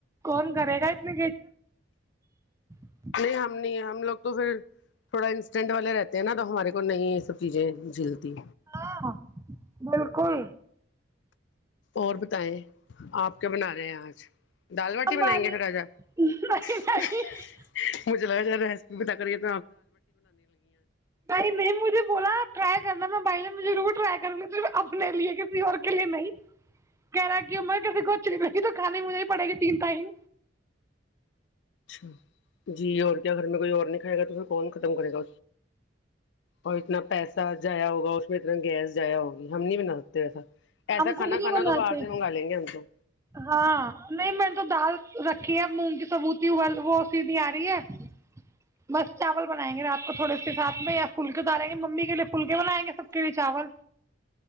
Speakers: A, on the right (about 15°); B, on the left (about 65°).
A: کون کرے گا اتنے <inaudible>
B: نہیں ہم نہیں ہم لوگ تو پھر تھوڑا انسٹینٹ والے رہتے ہیں نا تو ہمارے کو نہیں یہ سب چیزیں جھیلتی
A: ہاں بالکل
B: اور بتائیں آپ کیا بنا رہے ہیں آج دال باٹی
A: ہماری
B: بنائیں گے پھر آج آپ
A: نہیں نہیں
B: مجھے لگا شاید ایسے <inaudible>
A: بھائی نے مجھے بولا ٹرائی کرنا نہ پہلے مجھے رو ٹرائی کر لی پھر اپنے لیے کسی اور کے لیے نہیں کہہ رہا کی ک کوچلی رہی تو کھانے مجھے پڑے گی تین تائم
B: <inaudible> جی اور کیا گھر میں کوئی اور نہیں بیگن کو کون ختم کرے گا اور اتنا پیسہ جایا ہوگا اس میں اتنا گیس جایا ہوگی ہم نہیں بناتے ایسا ایسا
A: ہم کچھ
B: کھانا
A: نہیں
B: کھانا
A: بناتے
B: تو باہر سے منگا لیں گے ہم تو
A: ہاں نہیں میں تو دال رکھ مونگ کی سبوتی ہو وہ سیدھی آ رہی ہے بس چاول بنائیں گے رات کو تھوڑے سے ساتھ میں یا پھلکے ڈالیں گے ممی کے لیے پھلکے بنائیں گے سب کے لیے چاول